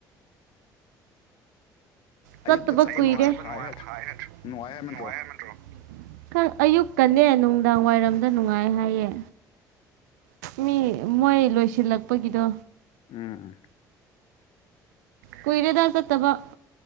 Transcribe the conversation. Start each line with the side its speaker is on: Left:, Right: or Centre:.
Right: ꯆꯠꯇꯕ
Left: ꯑꯌꯨꯛꯇ ꯆꯠꯄ
Right: ꯀꯨꯏꯔꯦ
Left: ꯅꯨꯡꯉꯥꯏ
Right: <unintelligible>
Left: ꯐꯥꯏ ꯍꯥꯏ ꯅꯨꯡꯉꯥꯏ ꯍꯥꯏꯃꯟꯗ꯭ꯔꯣ
Right: ꯈ ꯑꯌꯨꯛꯀꯥꯅꯦ ꯅꯨꯡꯗꯥꯡ ꯋꯥꯏꯔꯝꯗ ꯅꯨꯡꯉꯥꯏ ꯍꯥꯏꯌꯦ ꯃꯤ ꯃꯣꯏ ꯂꯣꯏꯁꯤꯜꯂꯛꯄꯒꯤꯗꯣ
Left: ꯎꯝ ꯎꯝ
Right: ꯀꯨꯏꯔꯦ ꯗꯥ ꯆꯠꯇꯕ